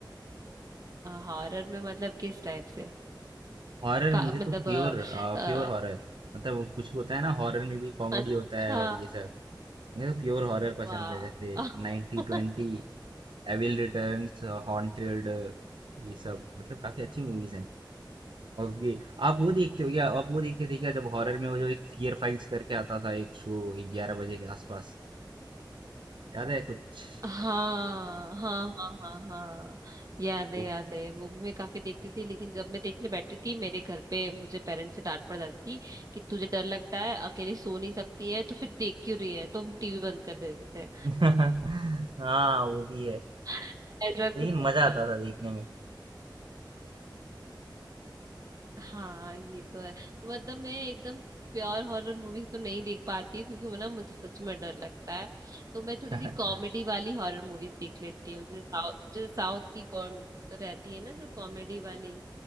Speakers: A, on the right; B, on the right.
A: हॉरर में मतलब किस टाइप से
B: हॉरर
A: का
B: मुझे
A: मतलब
B: तो प्योर
A: अ, अ,
B: प्योर हॉरर मतलब वो कुछ होता है ना हॉरर में भी कॉमेडी
A: अच्छा
B: होता है और ये सब ये तो प्योर हॉरर पसंद
A: वाह
B: है जैसे
A: <laughs>
B: 90 ट्वेंटी एविल रिटर्न्स हॉन्टेड ये सब मतलब काफी अच्छी मूवीज हैं और ये आप वो देखते हो क्या आप वो देखते थे क्या जब हॉरर में वो जो एक फियर फाइल्स करके आता था एक शो ग्यारह बजे के आसपास याद है कुछ
A: हाँ हाँ हाँ हाँ हाँ हाँ याद है
B: वो-
A: याद है वो भी मैं काफी देखती थी लेकिन जब मैं देखने बैठती थी मेरे घर पे मुझे पेरेंट्स से डांट पड़ जाती थी कि तुझे डर लगता है अकेली सो नहीं सकती है तो फिर देख क्यों रही है तो हम टीवी बंद कर देते थे
B: <laughs> हाँ वो भी है अ,
A: <laughs> ऐसा
B: लेकिन
A: कुछ होता
B: मजा आता था देखने में
A: हाँ ये तो है मतलब मैं एकदम प्योर हॉरर मूवी तो नहीं देख पाती हूँ, क्योंकि वो ना मुझे सच में डर लगता है तो मैं थोड़ी
B: <laughs>
A: सी कॉमेडी वाली हॉरर मूवीज देख लेती हूँ जैसे साउथ जैसे साउथ की कॉम रहती है ना जो कॉमेडी वाली